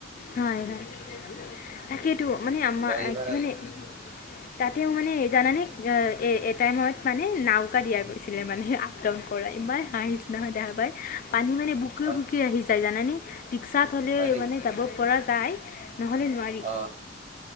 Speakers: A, on the left; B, on the right.
A: হয়, হয়। তাকেইতো মানে আমাৰ
B: গাড়ী ভাড়াটো
A: কি মানে তাতেও মানে জানানে, এ, ‌এটাইমত মানে নাওকা দিয়া গৈছিলে মানে। একদম কৰা। ইমান হাঁহিছে নহয় দেখা পাই, পানী মানে বুকুৱ
B: হয়
A: বুকু আহি যায় জানানে। ৰিক্সাত হ'লে
B: হয় নেকি
A: মানে যাব পৰা যায়, নহ'লে নোৱাৰি
B: অ